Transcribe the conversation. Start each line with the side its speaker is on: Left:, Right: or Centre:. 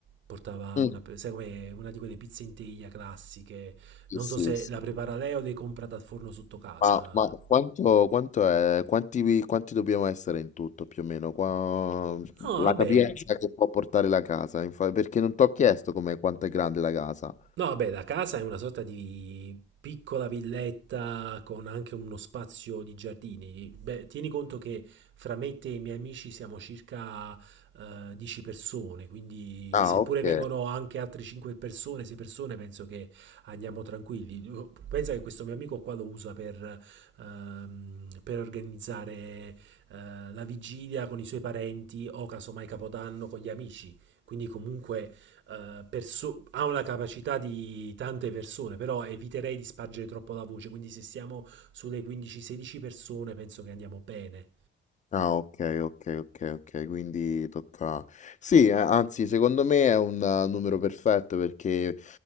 Right: Portava
Left: Mm,
Right: una, sai come una di quelle pizze in teglia classiche.
Left: sì,
Right: Non
Left: sì,
Right: so se
Left: sì.
Right: la prepara lei o le compra dal forno sotto casa.
Left: Ma, ma quanto, quanto è, quanti, quanti dobbiamo essere in tutto più o meno? Qua,
Right: No,
Left: la
Right: vabbè,
Left: capienza che può portare la casa, infa- perché non ti ho chiesto come, quanto è grande la casa.
Right: No, beh, la casa è una sorta di piccola villetta con anche uno spazio di giardini. Beh, tieni conto che fra me e te e i miei amici siamo circa eh, 10 persone, quindi
Left: Ah,
Right: seppure
Left: ok.
Right: vengono anche altre 5 persone, 6 persone, penso che andiamo tranquilli. Pensa che questo mio amico qua lo usa per, ehm, per organizzare eh, la vigilia con i suoi parenti o casomai Capodanno con gli amici. Quindi comunque eh, perso- ha una capacità di tante persone, però eviterei di spargere troppo la voce, quindi se siamo sulle 15-16 persone penso che andiamo bene.
Left: Ah, okay, okay, okay, okay, quindi tocca sì, eh, anzi secondo me è un eh, numero perfetto perché